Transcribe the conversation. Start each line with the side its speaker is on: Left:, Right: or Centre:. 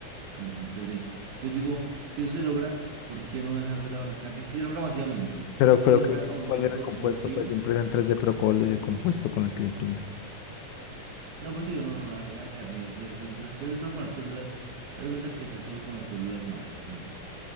Right: con impresión tres d Entonces yo digo, si eso se logra, ¿por qué no dejar de lado la carne? Si se logra masivamente,
Left: Pero,
Right: si
Left: pero
Right: se logra
Left: ¿qué- qué-
Right: a un
Left: ¿cuál
Right: nivel de
Left: era
Right: producción
Left: el compuesto?
Right: masivo,
Left: Pues siempre es en 3D, pero ¿cuál es el compuesto con el que se imprimió?
Right: no, pues digo, no, no, nada, nada de carne, después, después, después, solo con las células, haz de cuenta que sea solo con las células madre, por ejemplo,